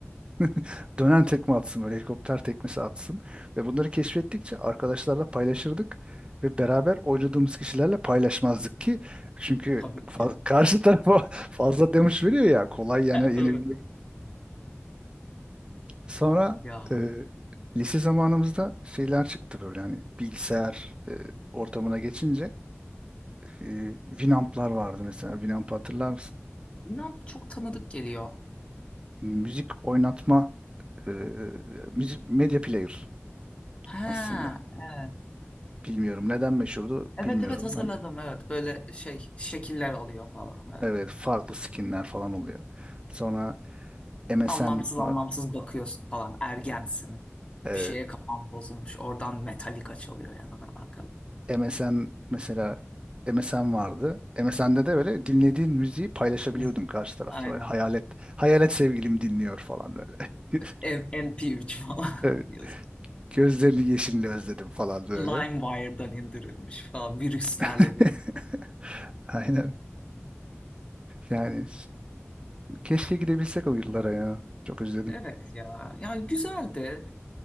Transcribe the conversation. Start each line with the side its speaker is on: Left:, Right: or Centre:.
Right: <laughs> Dönen tekme atsın böyle helikopter tekmesi atsın. Ve bunları keşfettikçe arkadaşlarla paylaşırdık. Ve beraber oynadığımız kişilerle paylaşmazdık ki. Çünkü
Left: <laughs> Tabii
Right: fa-
Left: ki.
Right: karşı tarafa <laughs> fazla demiş veriyor ya kolay yani
Left: Ha, Tabii.
Right: yenebilmek. Sonra
Left: Ya
Right: e, lise zamanımızda şeyler çıktı böyle hani bilgisayar e, ortamına geçince e, Winamp'lar vardı mesela. Winamp'ı hatırlar mısın?
Left: bilmem çok tanıdık geliyor.
Right: Müzik oynatma e, e, müzik medya player
Left: Ha,
Right: aslında.
Left: evet.
Right: Bilmiyorum. Neden meşhurdu?
Left: Evet
Right: Bilmiyorum.
Left: evet hatırladım
Right: Hani,
Left: evet. Böyle şey şekiller alıyor falan böyle.
Right: evet farklı skinler falan oluyor. Sonra MSN
Left: Anlamsız anlamsız
Right: var.
Left: bakıyorsun falan. Ergensin.
Right: Evet,
Left: Bir şeye kafan bozulmuş. Oradan Metallica çalıyor ya da ben arkada.
Right: MSN mesela MSN vardı. MSN'de de böyle dinlediğin müziği paylaşabiliyordun
Left: Biz-
Right: karşı tarafla.
Left: Aynen.
Right: Böyle Hayalet, hayalet sevgilim dinliyor falan böyle. <laughs>
Left: M- MP3 falan
Right: Evet,
Left: <laughs> yazıyor.
Right: Gözlerini yeşilini özledim falan böyle.
Left: LimeWire'dan indirilmiş falan virüslerle
Right: <laughs>
Left: birlikte.
Right: Aynen. Yani keşke gidebilsek o yıllara ya. Çok özledim.
Left: Evet ya. Yani güzeldi.